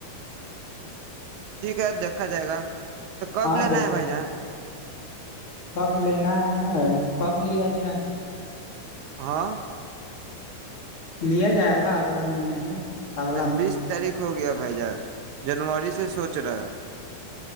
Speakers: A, on the right; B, on the left.
A: ٹھیک ہے دیکھا جائے گا تو کب
B: ہاں
A: لینا
B: دیکھا
A: ہے بھائی جان
B: کب لینا ہے کب لیا جا
A: ہاں
B: لیا جائے گا اگلا مہیین میں اگلا
A: اچھا
B: منتھ
A: بیس تاریخ ہوگی اب بھائی جان جنوری سے سوچ رہا ہے